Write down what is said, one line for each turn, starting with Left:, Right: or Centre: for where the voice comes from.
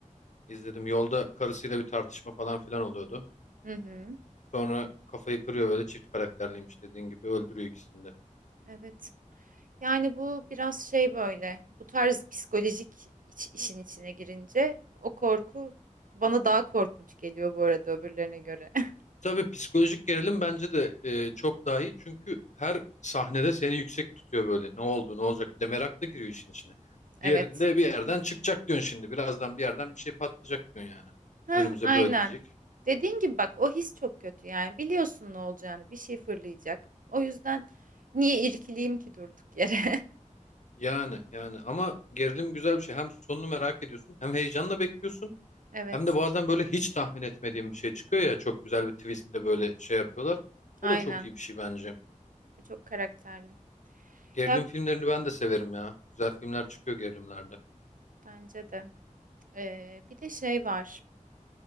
Left: İzledim. Yolda karısıyla bir tartışma falan filan oluyordu.
Right: Hı hı,
Left: Sonra kafayı kırıyor böyle çift karakterliymiş dediğin gibi öldürüyor ikisini de.
Right: evet. Yani bu biraz şey böyle bu tarz psikolojik iç- işin içine girince o korku bana daha korkunç geliyor bu arada öbürlerine göre. <laughs>
Left: Tabii psikolojik gerilim bence de e, çok daha iyi. Çünkü her sahnede seni yüksek tutuyor böyle. Ne oldu, ne olacak? Bir de merak da giriyor işin içine.
Right: Evet.
Left: Diğerinde bir yerden çıkacak diyorsun şimdi. Birazdan bir yerden bir şey patlayacak diyorsun yani.
Right: Hah,
Left: Önümüze
Right: aynen.
Left: böyle diyecek.
Right: Dediğin gibi bak o his çok kötü yani biliyorsun ne olacağını bir şey fırlayacak. O yüzden niye irkileyim ki durduk yere? <laughs>
Left: Yani yani ama gerilim güzel bir şey. Hem sonunu merak ediyorsun hem heyecanla bekliyorsun.
Right: Evet.
Left: Hem de bazen böyle hiç tahmin etmediğim bir şey çıkıyor ya çok güzel bir twistle böyle şey yapıyorlar. O
Right: Aynen.
Left: da çok iyi bir şey bence.
Right: Bu Çok karakterli.
Left: Gerilim
Right: Ya
Left: filmlerini ben de severim ya. Güzel filmler çıkıyor gerilimlerde.
Right: bence de. Ee, bir de şey var.